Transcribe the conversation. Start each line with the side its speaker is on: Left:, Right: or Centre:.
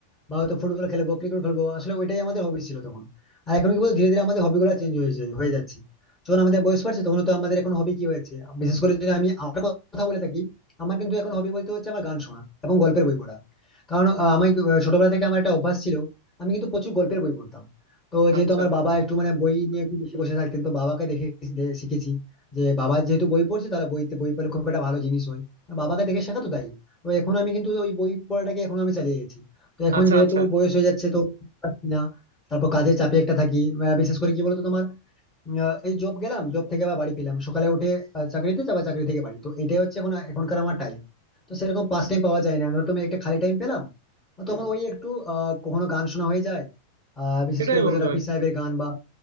Left: বা হয়তো ফুটবল খেলবো ক্রিকেট খেলবো আসলে ওইটাই আমাদের হবি ছিল তখন আর এখন কি বলতো ধীরে ধীরে আমাদের হবি গুলো চেঞ্জ হয়েছে হয়ে যাচ্ছে যখন আমাদের বয়স বাড়ছে তখন তো আমাদের এখন হবি কি হয়েছে বিশেষ করে যদি আমি আমার কথা বলে থাকি আমার কিন্তু এখন হবি বলতে হচ্ছে আমার গান শোনা এবং গল্পের বই পড়া কারণ আহ, আমি আহ, ছোটবেলা থেকে আমার একটা অভ্যাস ছিল আমি কিন্তু প্রচুর গল্পের বই পড়তাম তো যেহেতু
Right: আচ্ছা
Left: আমার বাবা একটু মানে বই নিয়ে একটু বেশি বসে থাকতেন তো বাবাকে দেখে দে- শিখেছি যে বাবা যেহেতু বই পড়ছে তাহলে বইতে বই পড়লে খুব একটা ভালো জিনিস হয় আর বাবাকে দেখে শেখা তো তাই তো এখন আমি কিন্তু ওই বই পড়াটাকে এখন আমি চালিয়ে গেছি তো এখন
Right: আচ্ছা
Left: যেহেতু
Right: আচ্ছা
Left: বয়স হয়ে যাচ্ছে তো পারছি না তারপর কাজের চাপে একটা থাকি আহ, বিশেষ করে কি বলতো তোমার আহ, এই জব গেলাম জব থেকে আবার বাড়ি ফিরলাম সকালে উঠে আহ, চাকরিতে যাবা চাকরি থেকে বাড়ি তো এটাই হচ্ছে এখন এখনকার আমার টাইম তো সেরকম পাস টাইম পাওয়া যায় না ধরো তুমি একটা খালি টাইম পেলাম তখন ওই একটু আহ কখনো গান শোনা হয়ে যায় আহ বিশেষ
Right: সেটাই
Left: করে বলতে
Right: বন্ধু
Left: রফি
Right: আর কি
Left: সাহেবের গান বা